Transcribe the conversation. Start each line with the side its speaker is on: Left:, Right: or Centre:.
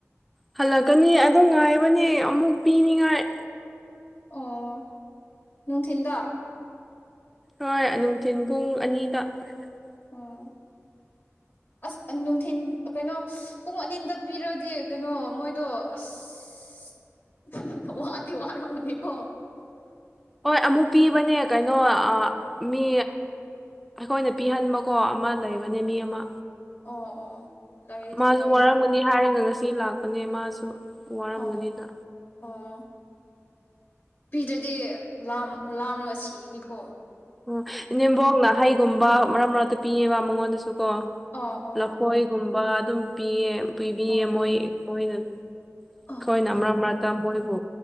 Centre: ꯍꯜꯂꯛꯀꯅꯤ ꯑꯗꯣ ꯉꯥꯏꯕꯅꯦ ꯑꯃꯨꯛ ꯄꯤꯅꯤꯡꯉꯥꯏ
Left: ꯑꯣ ꯅꯨꯡꯊꯤꯟꯗ
Centre: ꯍꯣꯏ ꯅꯨꯡꯊꯤꯤꯟ ꯄꯨꯡ ꯑꯅꯤꯗ
Left: ꯑꯣ
Centre: <unintelligible>
Left: ꯑꯁ ꯅꯨꯡꯊꯤꯤꯟ ꯀꯩꯅꯣ ꯄꯨꯡ ꯑꯅꯤꯗ ꯄꯤꯔꯗꯤ ꯀꯩꯅꯣ ꯃꯣꯏꯗꯣ ꯑꯁ ꯋꯥꯗꯤ ꯋꯥꯔꯅꯤꯀꯣ
Centre: ꯍꯣꯏ ꯑꯃꯨꯛ ꯄꯤꯕꯅꯦ ꯀꯩꯅꯣ ꯃꯤ ꯑꯩꯈꯣꯏꯅ ꯄꯤꯍꯟꯕꯀꯣ ꯑꯃ ꯂꯩꯕꯅꯦ ꯃꯤ ꯑꯃ
Left: ꯑꯣ ꯑꯣ ꯂꯩꯔꯗꯤ
Centre: ꯃꯥꯁꯨ
Left: ꯐꯩꯌꯦ
Centre: ꯋꯥꯔꯝꯒꯅꯤ ꯍꯥꯏꯔꯒ ꯉꯁꯤ ꯂꯥꯛꯄꯅꯦ ꯃꯥꯁꯨ ꯋꯥꯔꯝꯒꯅꯤꯅ
Left: ꯑꯣ ꯑꯣ ꯄꯤꯗ꯭ꯔꯗꯤ ꯂꯝ ꯂꯥꯝꯂꯒ ꯁꯤꯒꯅꯤꯀꯣ
Centre: ꯎꯝ ꯏ ꯅꯦꯝꯕꯣꯛꯅ ꯍꯩꯒꯨꯝꯕ ꯃꯔꯛ ꯃꯔꯛꯇ ꯄꯤꯌꯦꯕ ꯃꯉꯣꯟꯗꯁꯨ ꯀꯣ
Left: ꯑꯣ ꯑꯣ
Centre: ꯂꯐꯣꯏꯒꯨꯝꯕ
Left: ꯑꯣ
Centre: ꯑꯗꯨꯝ ꯄꯤꯌꯦ ꯄꯤꯕꯤꯌꯦ
Left: ꯑꯣ
Centre: ꯃꯣꯏ ꯃꯣꯏꯅ ꯑꯩꯈꯣꯏꯅ
Left: ꯑꯣ
Centre: ꯃꯔꯛ ꯃꯔꯛꯇ ꯃꯣꯏꯕꯨ